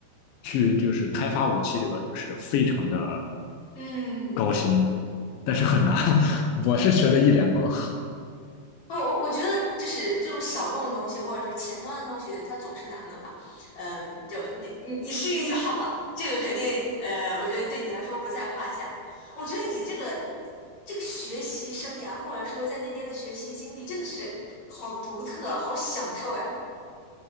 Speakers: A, on the left; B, on the left.
A: 去就是开发武器这个就是非常的。
B: 嗯。
A: 高薪，但是很难。<laughs> 我是学的一脸懵。
B: 哦，我我觉得就是这种小众的东西，或者是前端的东西，它总是难的嘛。嗯，就你你你适应就好了，这个肯定呃，我觉得对你来说不在话下。我觉得你这个这个学习生涯，或者说在那边的学习经历，真的是好独特，好享受呀。